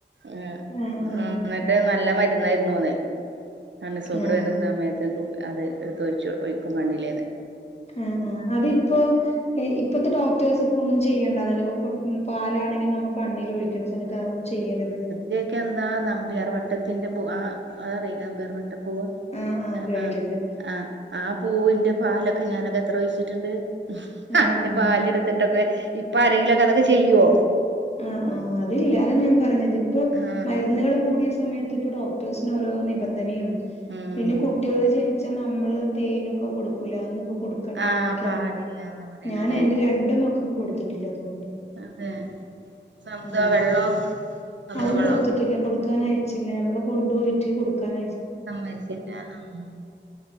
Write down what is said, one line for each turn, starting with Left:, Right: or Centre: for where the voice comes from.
Right: ഉ
Left: ആഹ് ആഹ്
Right: എന്നിട്ട് നല്ല മരുന്നായിരുന്നു അന്ന് കണ്ണ് സൂക്കേട്
Left: ആഹ്
Right: വരുന്ന സമയത്ത് അത് എടുത്തൊഴിച്ച് ഒഴിക്കും കണ്ണില്ന്ന്
Left: ആഹ് ആഹ് അതിപ്പോ ഇപ്പത്തെ ഡോക്ടേഴ്സ് ഇപ്പൊന്നും ചെയ്യേണ്ടന്നല്ലേ ഇപ്പ പാലാണെങ്കി നമു കണ്ണിലോഴിക്കണ സമയത്ത് അതോന്നും ചെയ്യരുത്
Right: ഇയൊക്കെ എന്താ നമ്പ്യാർ വട്ടത്തിന്റെ പൂ ആഹ് അതറിയില്ലേ നമ്പ്യാർ വട്ട പൂവ്
Left: ആഹ് കേട്ടിട്ടുണ്ട്
Right: ആഹ് ആഹ് ആ പൂവിന്റെ പാലൊക്കെ ഞാനൊക്കെ എത്രോഴിച്ചിട്ട് ണ്ട്
Left: ആഹ്
Right: അയിന്റെ
Left: ആഹ്
Right: പാല്ട്ത്തിട്ടൊക്കെ ഇപ്പാരെങ്കിലോക്കെ അതൊക്കെ ചെയ്യോ
Left: ആഹ് ആഹ് അതില്ലാ അതാ ഞാൻ പറഞ്ഞതിപ്പൊ
Right: ആഹ്
Left: മരുന്നുകള് കൂടിയ സമയത്ത് ഇപ്പൊ ഡോക്ടേഴ്സിനോരോ നിബന്ധനയും
Right: ഉം
Left: പിന്നെ കുട്ടിയോൾ ജനി പക്ഷെ നമ്മള് തേനൊക്കെ കൊടുക്കൂലെ അതോന്നുപ്പോ കൊടുക്കണ്ടന്നൊക്കെ.
Right: ആഹ് പാടില്ലാന്നാ പറയണല്ലേ
Left: ഞാൻ എന്റെ രണ്ട് മക്കക്കും കൊടുത്തിട്ടില്ല അതുകൊണ്ട്.
Right: അതെ സ്വന്തം
Left: ഉം
Right: വെള്ളം സ്വന്തം
Left: അതും
Right: വെള്ളം
Left: കൊടുത്തിട്ടില്ല. കൊടുക്കാനയച്ചില്ല. നമ്മള് കൊണ്ടുപോയിട്ട് കൊടുക്കാന
Right: സമ്മയ്ച്ചില്ല ആഹ്